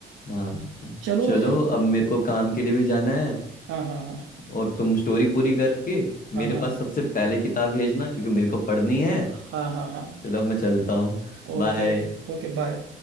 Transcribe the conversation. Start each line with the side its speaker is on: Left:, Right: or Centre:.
Left: हाँ हाँ।
Right: चलो
Left: चलो अब मेरे को काम के लिए भी जाना है
Right: हाँ हाँ हाँ
Left: और तुम स्टोरी पूरी करके
Right: हाँ
Left: मेरे
Right: हाँ
Left: पास सबसे पहले किताब भेजना क्योंकि मेरे को पढ़नी है
Right: हाँ हाँ हाँ हाँ
Left: चलो अब मैं चलता हूँ
Right: ओके
Left: बाय
Right: Okay bye